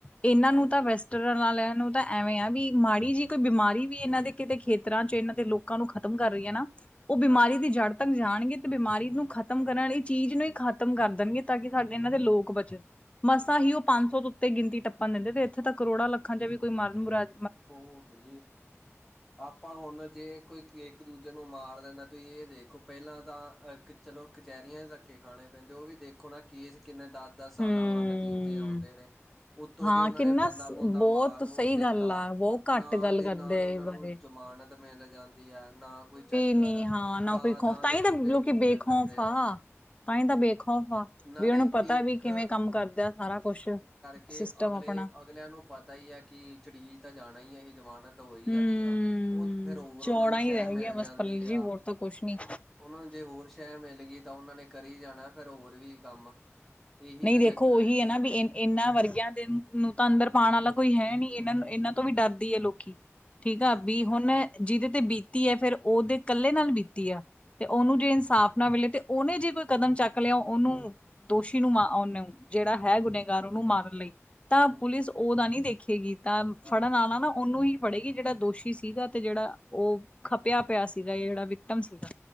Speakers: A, on the left; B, in the centre.
A: ਇਹਨਾਂ
B: ਹਾਂਜੀ,
A: ਨੂੰ ਤਾਂ ਵੈ ਟਰਨਲਾਂ ਆਲਿਆਂ ਨੂੰ ਤਾਂ ਐਵੇਂ ਆ ਵੀ ਮਾੜੀ ਜਿਹੀ ਕੋਈ ਬਿਮਾਰੀ ਵੀ ਇਹਨਾਂ ਦੇ ਕਿਤੇ ਖੇਤਰਾਂ ਚ ਇਹਨਾਂ ਦੇ ਲੋ ਕਾਂ ਨੂੰ ਖਤਮ ਕਰ ਰਹੀ ਏ ਨਾ ਉਹ ਬਿਮਾਰੀ
B: ਹਾਂਜੀ।
A: ਦੀ ਜੜ ਤੱਕ ਜਾਣਗੇ ਤੇ ਬਿਮਾਰੀ ਨੂੰ ਖਤ। ਖਤਮ ਕਰਨ ਵਾਲੀ ਚੀਜ਼ ਨੂੰ ਹੀ ਖਤਮ ਕਰ ਦੇਣਗੇ ਤਾਂ ਕਿ ਸਾਡੇ ਇਹਨਾਂ ਦੇ ਲੋਕ ਬਚਨ, ਮਸਾਂ ਹੀ ਉਹ ਪੰਜ ਸੌ ਤੋਂ ਤੇ ਗਿਣਤੀ ਟੱਪਣ ਦਿੰਦੇ ਤੇ ਇੱਥੇ ਤਾਂ ਕਰੋੜਾਂ ਲੱਖਾਂ ਚ ਵੀ ਕੋਈ ਮਰਨ ਮੁਰਾਜ
B: ਓ ਤਾਂ ਜੀ। ਆਪਾਂ ਹੁਣ ਜੇ ਕੋਈ ਇੱਕ ਦੂਜੇ ਨੂੰ ਮਾਰ ਦਿੰਦਾ ਤੁਸੀਂ ਇਹ ਦੇਖੋ ਪਹਿਲਾਂ ਤਾਂ ਏਕ ਚਲੋ ਕਚਹਿਰੀਆਂ ਧੱਕੇ ਖਾਣੇ ਪੈਂਦੇ ਉਹ ਵੀ ਦੇਖੋ ਨਾ ਕੇਸ ਕਿੰਨੇ ਦਾ ਦਸ ਸਾਲਾਂ
A: ਹੂੰ
B: ਬਾਅਦ ਨਤੀਜੇ ਆਉਂਦੇ ਨੇ। ਉੱਤੋਂ
A: ਹਾਂ
B: ਜੇ ਉਹਨਾਂ
A: ਕਿੰਨਾ
B: ਨੇ ਬੰਦਾ ਬੁੰਦਾ
A: ਬਹੁਤ
B: ਮਾਰ ਮੂਰ
A: ਸਹੀ
B: ਦਿੱਤਾ
A: ਗੱਲ ਆ ਬਹੁਤ ਘੱਟ
B: ਨਾਲ
A: ਗੱਲ
B: ਦੀ
A: ਕਰਦੇ
B: ਨਾਲ ਉਹਨਾਂ
A: ਆ ਇਹ
B: ਨੂੰ
A: ਬਾਰੇ
B: ਚੁੱ ਮਾਨਤ ਮਿਲ ਜਾ ਦੀ ਆ ਨਾ ਕੋਈ ਚੱਕਰ
A: ਨੀ
B: ਆ।
A: ਹਾਂ ਨਾ
B: ਥਾਂ-ਥਾਂ
A: ਕੋਈ ਖੌਫ ਤਾਂ
B: ਤੇ
A: ਹੀ ਤਾਂ
B: ਖੁੱਲੇ
A: ਲੋਕੀ
B: ਘੁੰਮਦੇ
A: ਬੇਖੌਫ
B: ਫਿਰਦੇ ਆ।
A: ਤਾਂ ਹੀ ਤਾਂ ਬੇਖੌਫ ਆ
B: ਨਾਲੇ
A: ਵੀ ਉਹਨੂੰ ਪਤਾ
B: ਇੱਕ
A: ਵੀ ਕਿਵੇਂ ਕੰਮ ਕਰਦੇ ਸਾਰਾ ਕੁਛ
B: ਕਿ
A: ਸਿਸਟਮ
B: ਅਗਲੇ
A: ਆਪਣਾ
B: ਅਗਲਿਆਂ ਨੂੰ ਪਤਾ ਹੀ ਆ ਕਿ ਚੜੀ ਤਾਂ ਜਾਣਾ ਹੀ ਆ, ਹੀ ਜ਼ਮਾਨਤ ਤਾਂ ਹੋ ਹੀ ਜਾਣੀ
A: ਹੂੰ,
B: ਆ। ਓ ਫਿਰ ਹੋਰ
A: ਚੌੜਾ
B: ਉਨਾਂ ਨੂੰ ਸ਼ਹਿ
A: ਹੀ ਰਹਿ
B: ਮਿਲ
A: ਗਿਆ ਬਸ
B: ਜਾਂਦੀ
A: ਪੱਲੇ
B: ਆ।
A: ਜੀ ਹੋਰ ਤਾਂ ਕੁਛ ਨੀ
B: ਉਹਨਾਂ ਨੂੰ ਜੇ ਹੋਰ ਸ਼ੈ ਮਿਲ ਗਈ ਤਾਂ ਉਹਨਾਂ ਨੇ ਕਰੀ ਜਾਣਾ ਫਿਰ ਹੋਰ ਵੀ ਕੰਮ। ਇਹੀ
A: ਨਈ
B: ਤਾਂ
A: ਦੇਖੋ
B: ਚੱਕਰ
A: ਉਹੀ
B: ਜੀ
A: ਹੈ ਨਾ ਵੀ ਇ ਇਹਨਾਂ ਵਰਗਿਆਂ ਦੇ ਨੂੰ ਤਾਂ ਅੰਦਰ ਪਾਉਣ ਵਾਲਾ ਕੋਈ ਹੈ ਨੀ, ਇਹਨਾਂ ਨੂੰ ਇਹਨਾਂ ਤੋਂ ਵੀ ਡਰਦੀ ਇ ਲੋਕੀ ਠੀਕ
B: ਹਾਂਜੀ
A: ਆ ਬੀ ਹੁਣ ਜਿਹਦੇ ਤੇ ਬੀਤੀ ਐ ਫਿਰ ਉਦੇ ਕੱਲੇ ਨਾਲ ਬੀਤੀ ਆ। ਤੇ ਉਨੂੰ ਜੇ ਇਨਸਾਫ਼ ਨਾ ਮਿਲੇ ਤੇ ਉਨੇ ਜੇ ਕੋਈ ਕਦਮ ਚੱਕ ਲਿਆ ਉਹਨੂੰ ਕੀਹਨੂੰ ਮਾ ਉਹਨੂੰ ਜਿਹੜਾ ਹੈ ਗੁਨੇਗਾਰ ਉਹਨੂੰ ਮਾਰਨ ਲਈ ਤਾਂ
B: ਹਮ
A: ਪੁਲਿਸ ਉਦਾ ਨੀ ਦੇਖੇਗੀ ਤਾਂ
B: ਹਾਂਜੀ
A: ਫੜਨ ਆਨਾ ਨਾ ਉਹਨੂੰ ਹੀ ਫੜੇਗੀ ਜਿਹੜਾ ਦੋਸ਼ੀ ਸੀਗਾ ਤੇ ਜਿਹੜਾ ਉਹ ਖਪਿਆ ਪਿਆ ਸੀਗਾ। ਜਿਹੜਾ ਵਿਤਮ ਸੀਗਾ।